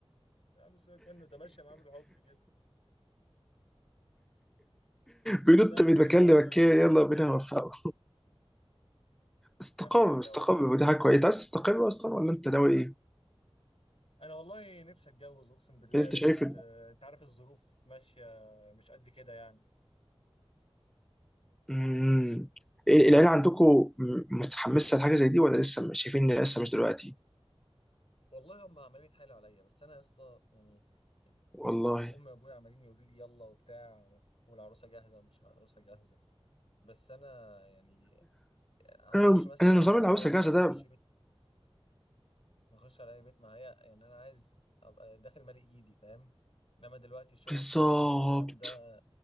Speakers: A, on the left; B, in the centre.
A: يا عم سيبك منه ده ماشيه معاه بالحب كده
B: بينط
A: بس اهم
B: من
A: حاجه
B: مكان
A: ان هو يتجوز
B: لمكان
A: وخلاص
B: يلا بينا نوفقه استقر
A: الحمد لله
B: استقر
A: والله
B: ودي
A: انت
B: حاجه كويسه انت عايز تستقر اصلا ولا انت ناوي ايه؟
A: انا والله نفسي اتجوز اقسم بالله
B: يعني انت
A: بس
B: شايف
A: آه، انت عارف الظروف ماشيه مش قد كده يعني
B: امم العيله عندكم متحمسه لحاجه زي دي ولا لسه مش- شايفين ان لسه مش دلوقتي؟
A: والله هم عمالين يتحايلوا عليا بس انا يا اسطى يعني يعني
B: والله
A: انت امي وابويا عمالين يقولوا لي يلا وبتاع والعروسه جاهزه ومش عروسه جاهزه بس انا يعني هخش
B: أم،
A: مثلا
B: انا نظام
A: على
B: العروسه
A: اي واحده
B: جاهزه
A: ولا
B: ده
A: اخش بيت اخش على اي بيت ما هي يعني انا عايز ابقى داخل مالي ايدي فاهم انما دلوقتي الشغل
B: بالظبط
A: الفريلانس والكلام ده